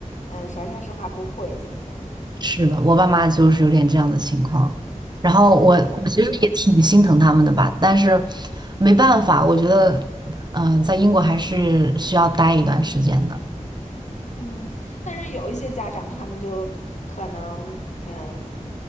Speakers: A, on the left; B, on the right.
A: 嗯，啥啥啥不会，怎么的，
B: 是的，我爸妈就是有点这样的情况，然后我我其实也挺心疼他们的吧，
A: <laughs> 对。
B: 但是没办法，我觉得，嗯、在英国还是需要待一段时间的。
A: 嗯，但是有一些家长他们就可能，嗯，